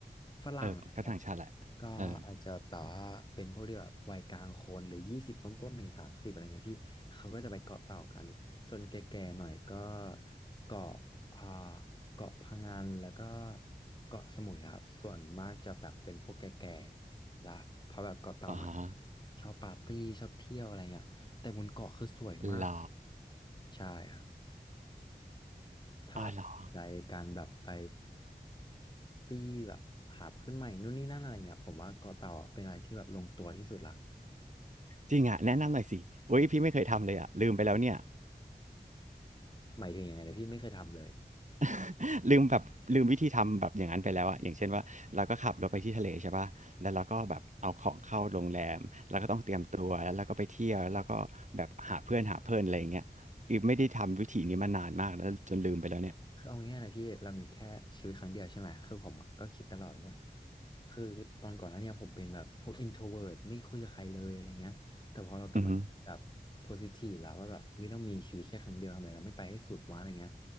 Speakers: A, on the left (about 25°); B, on the right (about 50°).
A: ฝรั่งอะไรเงี้ย
B: เออก็ต่างชาติแหละเออ
A: ก็อาจจะแบบว่าเป็นพวกที่แบบวัยกลางคนหรือยี่สิบต้นๆหนึ่งสามสิบอะไรเงี้ยพี่เขาก็จะไปเกาะเต่ากันส่วนแก่ๆหน่อยก็เกาะอ่าเกาะพะงันแล้วก็เกาะสมุยครับส่วนมากจะแบบเป็นพวกแก่ๆละเพราะแบบเกาะเต่ามัน
B: อ๋อฮะ
A: ชอบปาร์ตี้ชอบเที่ยวอะไรเงี้ยแต่บนเกาะคือสวยมาก
B: หรอ
A: ใช่ครับ ถ้าแบบใจการแบบไป
B: อ๋อหรอ
A: ตีแบบหาเพื่อนใหม่นู่นนี่นั่นอะไรเงี้ยผมว่าเกาะเต่าเป็นอะไรที่แบบลงตัวที่สุดละ
B: จริงอ่ะแนะนำหน่อยสิโอ้ยพี่ไม่เคยทำเลยอ่ะลืมไปแล้วเนี่ย
A: หมายถึงยังไงนะพี่ไม่เคยทำเลย
B: <laughs> ลืมแบบลืมวิธีทำแบบอย่างนั้นไปแล้วอ่ะอย่างเช่นว่าเราก็ขับรถไปที่ทะเลใช่ป่ะแล้วเราก็แบบเอาของเข้าโรงแรมแล้วก็ต้องเตรียมตัวแล้วเราก็ไปเที่ยวแล้วเราก็แบบหาเพื่อนหาเพื่อนอะไรอย่างเงี้ยอีไม่ได้ทำวิธีนี้มานานมากแล้วจนลืมไปแล้วเนี่ย
A: คือเอาง่ายๆนะพี่เรามีแค่ชีวิตครั้งเดียวใช่ไหมคือผมอะก็คิดตลอดว่าคือตอนก่อนหน้าเนี้ผมเป็นแบบพวก introvert ไม่คุยกับใครเลยอะไรเงี้ยแต่พอเรากลับมาแบบ
B: อือฮึ
A: positive แล้วว่าแบบเฮ้ยเรามีชีวิตแค่ครั้งเดียวทำไมเราไม่ไปให้สุดวะอะไรเงี้ย